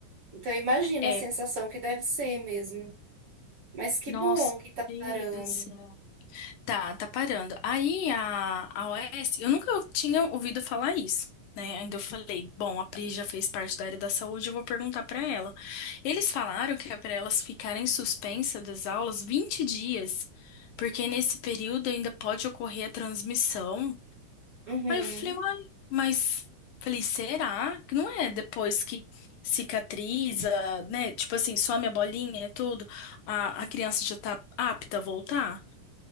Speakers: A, on the right; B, on the left.
A: Então imagina
B: É,
A: a sensação que deve ser mesmo. Mas que
B: nossa,
A: bom que tá
B: Deus
A: parando.
B: do céu. Tá, tá parando. Aí a, a O S eu nunca tinha ouvido falar isso. Né? Ainda eu falei, bom, a Pri já fez parte da área da saúde, eu vou perguntar pra ela. Eles falaram que é para elas ficarem suspensas das aulas 20 dias, porque nesse período ainda pode ocorrer a transmissão
A: Uhum.
B: Aí eu falei, uai, mas falei, será que não é depois que cicatriza, né? Tipo assim, some a bolinha e tudo, a, a criança já tá apta a voltar?